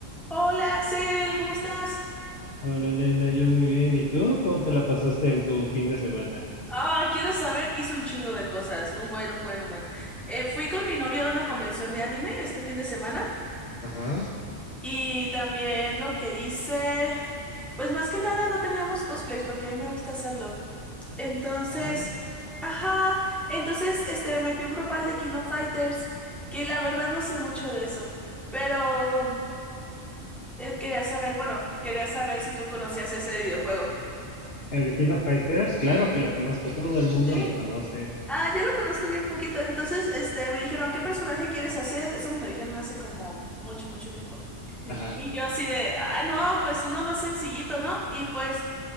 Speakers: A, in the centre; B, on the left.
A: Hola Axel, ¿cómo estás?
B: Hola Elena, yo muy bien. ¿Y tú? ¿Cómo te la pasaste en tu fin de semana?
A: Ah, ¿quieres saber? Hice un chingo de cosas, un buen, un buen, un buen. Eh, fui con mi novio a una convención de anime este fin de semana
B: Ajá.
A: y también lo que hice, pues más que nada no teníamos cosplays porque a mí me gusta hacerlo. Entonces,
B: Ah,
A: ajá, entonces este metí un grupal de Kino Fighters, que la verdad no sé mucho de eso, pero eh, quería saber, bueno, quería saber si tú conocías ese videojuego.
B: El de King of Fighters, claro que lo conozco, todo el mundo
A: Sí.
B: lo conoce.
A: Ah, yo lo conozco bien poquito. Entonces, este, me dijeron, ¿qué personaje quieres hacer? Eso me lo dijeron hace como mucho, mucho tiempo.
B: ajá,
A: Y yo así de, ah, no, pues uno más sencillito, ¿no? Y pues